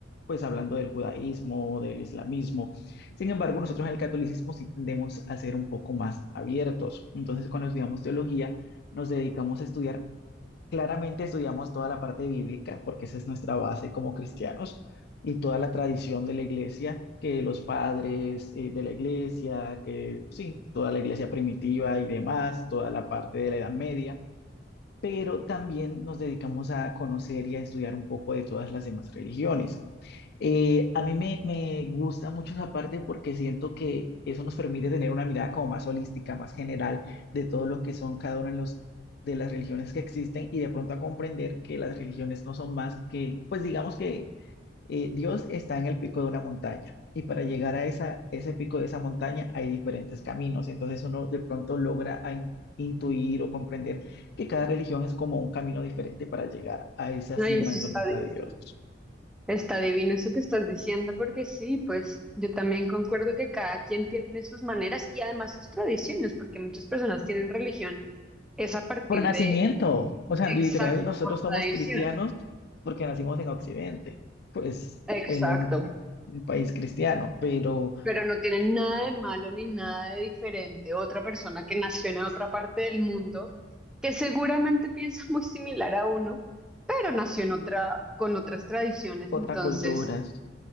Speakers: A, on the left (about 60°); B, in the centre.
A: pues hablando del judaísmo, del islamismo. Sin embargo, nosotros en el catolicismo sí tendemos a ser un poco más abiertos. Entonces, cuando estudiamos teología, nos dedicamos a estudiar. Claramente estudiamos toda la parte bíblica, porque esa es nuestra base como cristianos, y toda la tradición de la iglesia, que los padres eh, de la iglesia, que sí, toda la iglesia primitiva y demás, toda la parte de la Edad Media pero también nos dedicamos a conocer y a estudiar un poco de todas las demás religiones. Eh, a mí me, me gusta mucho esa parte porque siento que eso nos permite tener una mirada como más holística, más general de todo lo que son cada una de, los, de las religiones que existen y de pronto a comprender que las religiones no son más que, pues digamos que eh, Dios está en el pico de una montaña y para llegar a esa, ese pico de esa montaña hay diferentes caminos. Entonces uno de pronto logra a in- intuir o comprender que cada religión es como un camino diferente para llegar a esa cima
B: Ay, eso
A: en
B: está
A: donde está
B: divino.
A: Dios.
B: Está divino eso que estás diciendo, porque sí, pues yo también concuerdo que cada quien tiene sus maneras y además sus tradiciones, porque muchas personas tienen religión, es a partir
A: Por nacimiento,
B: de,
A: o sea,
B: exacto,
A: literal, nosotros
B: por
A: somos
B: tradición.
A: cristianos porque nacimos en Occidente, pues
B: Exacto.
A: en un, un país cristiano, pero
B: Pero no tiene nada de malo ni nada de diferente. Otra persona que nació en otra parte del mundo, que seguramente <laughs> piensa muy similar a uno, pero nació en otra, con otras tradiciones.
A: otras
B: Entonces,
A: culturas.